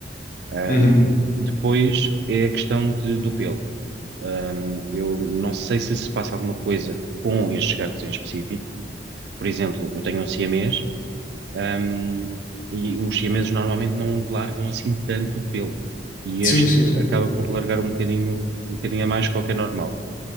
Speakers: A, on the right; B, on the left.
A: Ahm,
B: uhum.
A: depois é a questão de- do pelo. Ahm, eu não sei se se passa alguma coisa com estes gatos em específico. Por exemplo, eu tenho um siamês um, e os siameses normalmente não largam assim tanto pelo. E
B: Sim,
A: este
B: sim, sim.
A: acaba por largar um bocadinho, um bocadinho a mais do que é normal.